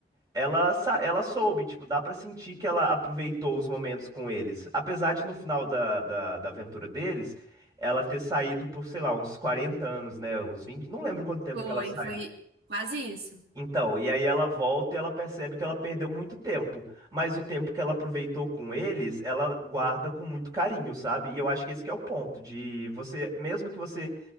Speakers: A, on the right (about 20°); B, on the right (about 65°).
A: ela, sa- ela soube, tipo, dá pra sentir que ela aproveitou os momentos com eles. Apesar de no final da, da, da aventura deles, ela ter saído por, sei lá, uns 40 anos, né? Uns 20 não lembro quanto tempo
B: foi,
A: que ela sai.
B: foi quase isso.
A: Então, e aí ela volta e ela percebe que ela perdeu muito tempo. Mas o tempo que ela aproveitou com eles, ela guarda com muito carinho, sabe? E eu acho que esse que é o ponto, de você, mesmo que você